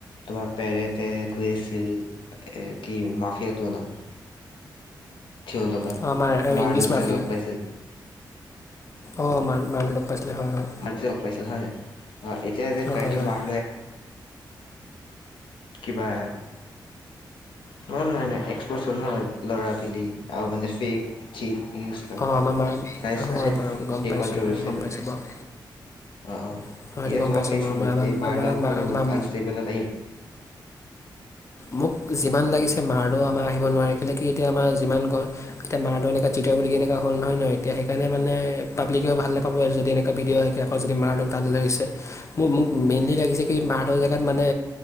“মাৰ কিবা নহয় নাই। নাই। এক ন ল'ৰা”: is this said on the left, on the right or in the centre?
Left